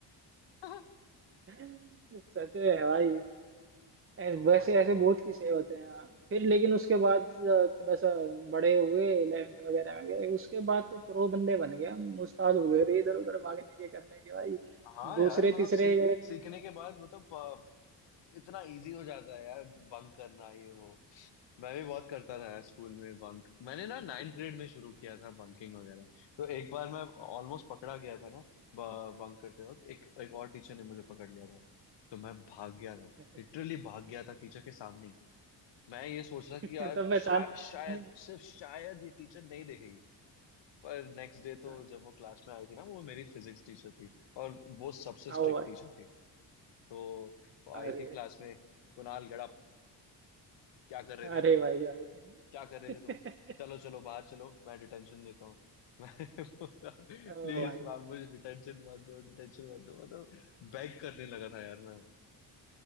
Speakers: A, on the left; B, on the right.
A: <laughs>
B: <laughs> सच में भाई ऐसे
A: Oh
B: वैसे
A: my
B: ऐसे
A: god
B: बहुत किस्से होते हैं फिर लेकिन उसके बाद अ, थोड़ा सा बड़े हुए इलेवेंथ वगैरह में गए उसके बाद तो प्रो बंदे बन गए हम उस्ताद हो गए रे इधर उधर भागने के करने के भाई
A: हाँ
B: दूसरे
A: यार मतलब
B: तीसरे
A: सीख सीखने के बाद मतलब अ, इतना इजी हो जाता है यार बंक करना ये वो मैं भी बहुत करता था यार स्कूल में बंक मैंने ना नाइन्थ ग्रेड में शुरू किया था बंकिंग वगैरह तो एक बार मैं ऑलमोस्ट पकड़ा गया था ना बंक करते वक्त एक एक और टीचर ने मुझे पकड़ लिया था तो मैं भाग गया था
B: अच्छा
A: लिटरली भाग गया था टीचर के सामने ही। मैं ये सोच
B: <laughs>
A: रहा कि यार
B: तो पहचान
A: शा, शायद
B: में नहीं
A: सिर्फ शायद ये टीचर नहीं देखेगी पर नेक्स्ट डे तो
B: है
A: जब वो क्लास में आई थी ना वो मेरी फिजिक्स टीचर थी और वो सबसे स्ट्रिक्ट
B: आओ भाई
A: टीचर थी तो वो आई
B: अरे
A: थी क्लास में कुणाल गड़ा क्या कर रहे थे
B: अरे
A: तुम
B: भाई भाई
A: क्या कर रहे
B: <laughs>
A: थे तुम चलो चलो बाहर चलो मैं डिटेंशन देता हूँ <laughs> मैं बोला प्लीज
B: ओ भाई
A: मैम मुझे डिटेंशन मत दो डिटेंशन मत दो मतलब बेग करने लगा था यार मैं